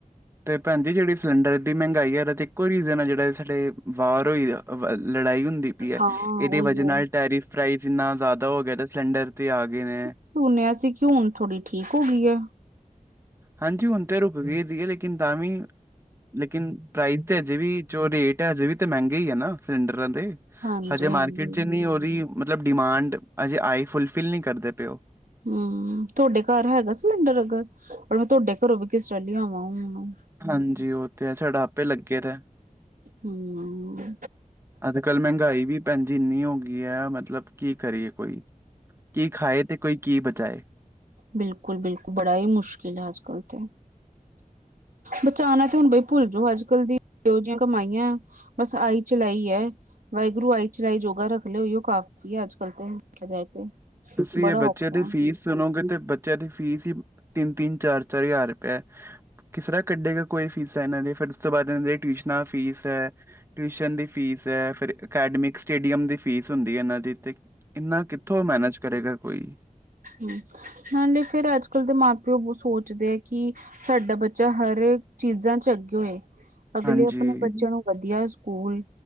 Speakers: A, on the right; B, on the right.
A: ਤੇ ਭੈਣ ਜੀ ਜਿਹੜੀ ਸਿਲੰਡਰ ਦੀ ਮਹਿੰਗਾਈ ਐ ਤੇ ਇੱਕੋ ਰੀਜ਼ਨ ਆ ਜਿਹੜਾ ਸਾਡੇ ਵਾਰ ਹੋਈ ਲੜਾਈ ਹੁੰਦੀ। ਇਹਦੇ
B: ਹਾਂ ਉਹੀ
A: ਵਜ੍ਹਾ
B: ਉਹ
A: ਨਾਲ ਟੈਫਾਈਜ਼ ਇੰਨਾ ਜ਼ਿਆਦਾ ਹੋ ਗਿਆ ਸਿਲੰਡਰ ਤੇ ਆ ਗਏ ਨੇ।
B: ਸੁਣਿਆ ਸੀ ਕਿ ਹੁਣ ਥੋੜੀ ਠੀਕ ਹੋ ਗਈ ਆ।
A: ਹਾਂਜੀ ਹੁਣ ਤੇ ਰੁਕ ਗਈ ਦੀ ਏ। ਲੇਕਨ ਤਾਂ ਵੀ, ਲੇਕਿਨ ਪ੍ਰਾਈਜ਼ ਤੇ ਹਜੇ ਵੀ ਜੋ ਰੇਟ ਐ ਹਜੇ ਵੀ। ਤੇ ਮਹਿੰਗੇ ਈ ਆ ਨਾ ਸਿਲੰਡਰਾਂ ਤੇ,
B: ਹਾਂਜੀ
A: ਹਜੇ
B: ਹਾਂਜੀ
A: ਮਾਰਕੀਟ ਚ ਨੀ ਉਹਦੀ ਮਤਲਬ ਡਿਮਾਂਡ ਅਜੇ ਆਈ ਫੁਲਫਿਲ ਨੀ ਕਰਦੇ ਪਏ ਉਹ।
B: ਹੂੰ ਤੁਹਾਡੇ ਘਰ ਹੈਗਾ ਸਿਲੰਡਰ ਅਗਰ ਪਰ ਮੈਂ ਤੁਹਾਡੇ ਘਰੋਂ ਵੀ ਕਿਸ ਤਰਾ ਲਿਆਵਾਂ ਹੁਣ।
A: ਹਾਂਜੀ ਉਹ ਤੇ ਹੈ ਸਾਡਾ ਆਪੇ ਲੱਗਆ ਦਾ।
B: ਹਮ
A: ਅੱਜ ਕੱਲ ਮੈਂਗਾਈ ਵੀ ਭੈਣ ਜੀ ਇੰਨੀ ਹੋ ਗਈ ਐ ਮਤਲਬ ਕੀ ਕਰੀਏ ਕੋਈ। ਕੀ ਖਾਏ ਤੇ ਕੋਈ ਕੀ ਬਚਾਏ।
B: ਬਿਲਕੁਲ- ਬਿਲਕੁਲ ਬੜਾ ਈ ਮੁਸ਼ਕਿਲ ਏ ਅਜ ਕਲ ਤੇ। ਬਚਾਨਾ ਤੇ ਹੁਨ ਬਈ ਭੁੱਲ ਜਾਓ ਅੱਜ ਕੱਲ ਦੀ ਜਿ ਕਮਾਈਆਂ। ਬਸ ਆਈ ਚਲਾਈ ਐ। ਵਾਹਿਗੁਰੂ ਆਈ ਚਲਾਈ ਜੋਗਾ ਰੱਖ ਲੇ ਓਈ ਕਾਫ਼ੀ ਐ ਅੱਜ ਕੱਲ ਤੇ।
A: ਤੁਸੀ
B: ਬੜਾ
A: ਏ ਬੱਚੇ
B: ਔਖਾ
A: ਦੀ ਫੀਸ ਸੁਨੋਗੇ ਤੇ ਬਚੇਆ ਦੀ ਫੀਸ ਈ ਤਿੰਨ ਤਿੰਨ ਚਾਰ ਚਾਰ ਹਜ਼ਾਰ ਰੁਪੇ ਕਿਸਰਾਂ ਕੱਢੇਗਾ ਕੋਈ ਫੀਸਾਂ ਐਨਾਂ ਦੀ ਫੇਰ ਉਸ ਤੋਂ ਬਾਦ ਏਨਾਂ ਦੀ ਟਿਊਸ਼ਨਾਂ ਦੀ ਫੀਸ ਐ। ਟਿਊਸ਼ਨ ਦੀ ਫੀਸ ਐ। ਫੇਰ ਅਕੈਡਮਿਕ ਸਟੇਡੀਅਮ ਦੀ ਫੀਸ ਹੁੰਦੀ ਏ ਏਨਾਂ ਦੀ ਤੇ ਇਨਾਂ ਕਿੱਥੋਂ ਮੈਨੇਜ ਕਰੇਗਾ ਕੋਈ।
B: ਹੂੰ, ਨਾਲੇ ਫੇਰ ਅੱਜ ਕੱਲ ਦੇ ਮਾਂ ਪੇਓ ਸੋਚਦੇ ਐ ਕਿ ਸਾਡਾ ਬੱਚਾ ਹਰ ਚੀਜਾਂ ਚ ਅੱਗੇ ਹੋਏ। ਅਗਲੇ
A: ਹਾਂਜੀ
B: ਅਪਣੇ ਬੱਚੇਆਂ ਨੂੰ ਵਧੀਆ ਸਕੂਲ